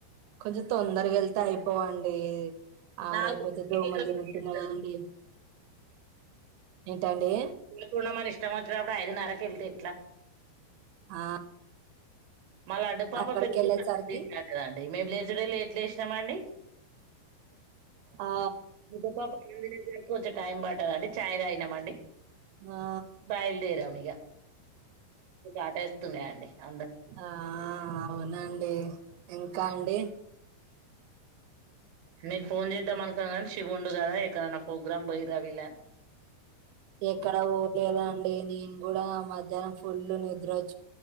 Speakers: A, on the right; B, on the right.
A: కొంచం తొందరగ వెళ్తే అయి పోవండి
B: నాలుగుంటలు
A: ఆరయిపోతే దోమలు తిరుగుతున్నా కదండి ఏంటండి
B: తూ మని ఇష్టంచ్చ అప్పుడు ఐదు నారర కెళ్తతి ట్లా
A: ఆ
B: మళ్ళా అడ్డుపాప
A: అక్కడికి
B: పెగుతుదండి
A: వెళ్ళేసరికి
B: ఏంటిది అంటుంది మేము లేస్ టుడే లేట్ లేచినామండి
A: ఆ
B: ముద్ద పప్పు కొంచెం టైం పడదండి చాయ్ తాగినం అండి
A: ఆ
B: బయల్దేరం ఇగ ఆటో ఉన్నయండి అం
A: ఆ అవునండి ఇంకా అండి
B: మీకు ఫోన్ చేద్దాం అనుకున్నాను గానీ శివుండు కదా ఎక్కడన్న ఫోగ్రామ్ పోయి ర విలని
A: ఎక్కడ పోలేదండి నేను కూడా ఆ మధ్యాహ్నం ఫులు ని ద్రోచ్